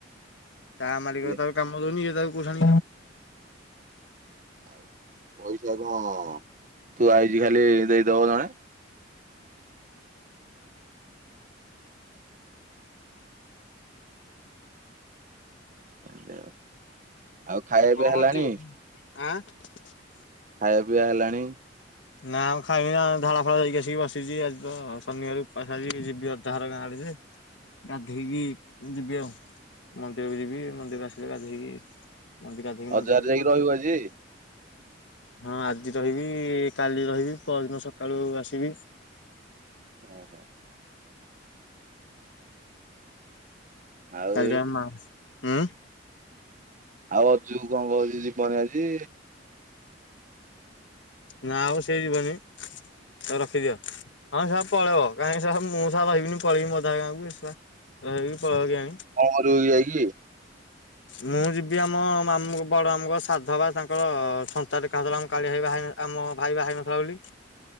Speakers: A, on the left; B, on the right.
A: ତା ମାଲିକ
B: ସିଏ
A: ତାକୁ କାମ ଦୋଉନି ୟେ ଯାଇକି <inaudible>
B: ଆଉ ପଇସା କଣ ତୁ ଥୁଆହେଇଛି ଖାଲି ଦେଇଦବ ଜଣେ। ଏମିତି ଆଉ, ଆଉ ଖାଇବା
A: କଣ
B: ବି
A: କରୁଛୁ
B: ହେଲାଣି?
A: ଆଁ <inaudible>
B: ଖାଇବା ପିଇବା ହେଲାଣି?
A: ନା ମୁଁ ଖାଇିବିନି ଆଉ ଝାଳ ଫାଳ ହେଇକି ଆସିକି ବସିଛି ଆଜି ତ, ଶନିବାର ଉପାସ ଆଜି ଯିବି ଅଜା ଘର ଗାଁ ଆଡେ। ହ ଗାଧେଇକି ଯିବି ଆଉ, ମନ୍ଦିରକୁ ଯିବି, ମନ୍ଦିର ଆସିଲେ ଗାଧେଇଵି ମନ୍ଦି ଗାଧେଇକି,
B: ଅଜାଘରେ
A: ମନ୍ଦିର ଯିବି,
B: ଯାଇକି
A: <inaudible> ମନ୍ଦି
B: ରହିବୁ ଆଜି?
A: ହଁ, ଆଜି ରହିବି କାଲି ରହିବି, ପହରଦିନ ସକାଳୁ ଆସିବି।
B: ଅ ହଁ। ଆଉ
A: କାଲି
B: ଏ
A: ଆମ ଉଁ
B: ଆଉ ଅଜୁ, କଣ କହୁଛି ଯିବ ଆଜି।
A: ନା ଆଉ ସେଇ ଯିବନି ତାକୁ ରଖିଦିଅ। ହଁ ସେ ପଳେଇବ କାହିଁକି ସା ମୁଁ ସା ରହିବିନି ପଳେଇବି ମୁଁ ଅଧା ଗାଁ କୁ ଏଠି ସା ରହି ପଳେଇବ
B: କଣ କରିବୁ ଯାଇକି?
A: ମୁଁ ଯିବି ଆମ ମାମୁଁ ବଡ ମାମୁଁ ସାଧ ବା ତାଙ୍କର ସନ୍ତା ଟେକା ହଉଥିଲା ମୁଁ କାଳିଆଇବା ଆମ ଭାଇ ବାହା ହେଇନଥିଲା ବୋଲି